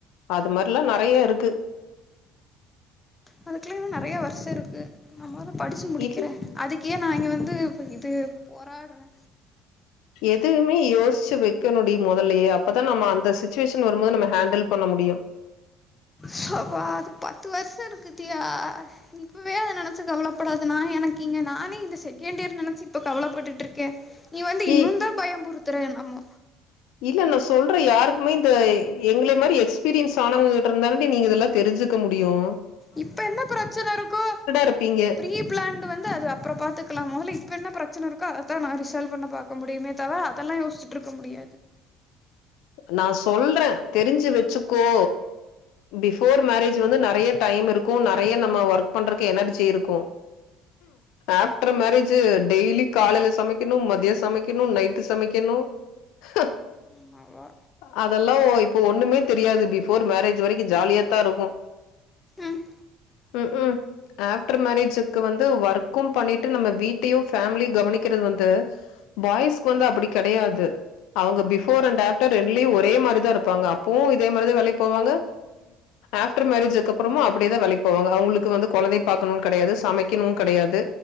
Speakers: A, on the left; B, on the left.
A: அது மாரில்லா நெறைய இருக்கு
B: அதுக்குல இன்னு நெறைய வருஷ இருக்கு நம்ம தா படிச்சு முடிக்கிறே
A: இல்
B: அதுக் இதுக்கே நா இங்க வந்து இப்ப இது போராடுறே
A: எதுமே யோசிச்சு வக்கணு டி முதல்லயே அப் அப்பதா நம்ம அந்த சிச்சுவேஷன் வரும்போது நம்ம ஹேண்டில் பண்ண முடியும்
B: சப்பா அது பத்து வருஷ இருக்குத்தியா இப்பவே அது நெனைச்சு கவலைப்படாதுனா எனக்கு இங்க நானே இந்த செகண்ட் இயர் நெனைச்சு இப்ப கவலைப்பட்டுட் ட்ருக்கே நீ வந்து
A: இ
B: இன்னும் தா பயம் புறுத் <unintelligible>
A: இல்ல நா சொல்றே யாருக்குமே இந்த எங்களை மாரி எக்ஸ்பீரியன்ஸ் ஆனவங்க கிட்ட இருந்தானே நீங்க இதெல்லா தெரிஞ்சுக்க முடியும்
B: இப்ப என்ன பிரச்சன இருக்கு
A: இருப்பீங்க
B: பிரீபிளான்ட் வந்து அது அப்பறம் பாத்துக்கலா மொதல்ல இப்ப என்ன பிரச் சின்ன இருக் அதா நா ரிசால்வ் பண்ண பாக்க முடியுமே தவிர அதெல்லா யோசிச்சிட்டு இருக்க முடியாது
A: நா சொல்றே தெரிஞ்சு வச்சுக்கோ பிஃபோர் மேரேஜ் வந்து நெறய டைம் இருக்கு நெறைய நம்ம ஒர்க் பண்றக்கு எனர்ஜி இருக்கு ஆப்டர் மேரஜ்ஜூ டெய்லி காலைல சமைக்கணு மதிய சமைக்கணு நைட்டு சமைக்கணு அ
B: என்னவோ
A: அதெல்லா ஒப் இப்போ ஒண்ணுமே தெரியாது பிவோர் மேரேஜ் வரைக்கு ஜாலியாத்தா இருக்கு
B: ம்
A: உம் ம் ஆப்டர் மேரேஜக்கு வந்து ஒர்க்கும் பண்ணிட்டு நம்ம வீட்டையும் ஃபேமிலிய கவனிக்க சமைகிறது வந்து பாய்ஸ்க்கு வந்து அப்டி கெடயாது அவுங்க பிஃபோர் அண்ட் ஆப்டர் ரெண்டுலயு ஒரே மாரி தா இருப்பாங்க அப்பவு இதே மாரி தா வேலைக்கு போவாங்க ஆப்டர் மேரேஜூ அதுக்கப்பறமு அப்டியே தா வேலைக்கு போவாங்க வந்து கொழந்தைய பாக்கணு கெடயாது சமைக்கணு கெடயாது